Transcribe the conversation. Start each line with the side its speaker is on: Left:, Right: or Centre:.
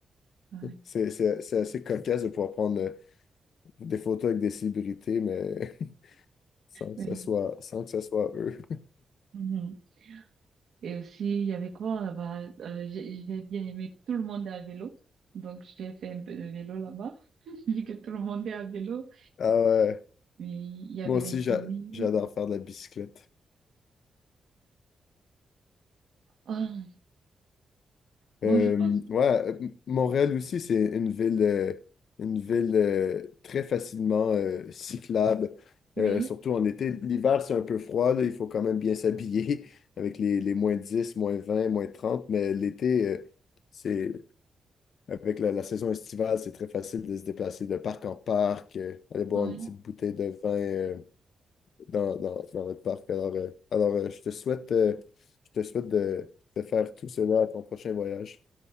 Right: ouais,
Left: c'est, c'est- c'est assez cocasse de pouvoir prendre euh, des photos avec des célébrités, mais <laughs> sans que
Right: oui.
Left: ça soit, sans que ça soit eux.
Right: Mhm. Et aussi, il y avait quoi là-bas? Euh, j'ai j'ai bien aimé tout le monde à vélo. Donc, j'ai fait un peu de vélo là-bas, <laughs> vu que tout le monde est à vélo.
Left: Ah ouais,
Right: Oui, il y avait
Left: moi aussi,
Right: les tulipes.
Left: j'a- j'adore faire de la bicyclette.
Right: Ah, bon,
Left: Euh,
Right: je pense,
Left: ouais, euh, M- Montréal aussi, c'est une ville, euh, une ville euh, très facilement euh, cyclable,
Right: oui,
Left: Euh, surtout en été. L'hiver, c'est un peu froid, là, il faut quand même bien s'habiller <laughs> avec les, les moins dix moins vingt moins trente mais l'été, euh, c'est Avec la, la saison estivale, c'est très facile de se déplacer de parc en parc, euh, aller boire
Right: oui.
Left: une petite
Right: Ouais.
Left: bouteille de vin euh, dans, dans, dans notre parc. Alors, euh, alors euh, je te souhaite, euh, je te souhaite de, de faire tout cela à ton prochain voyage.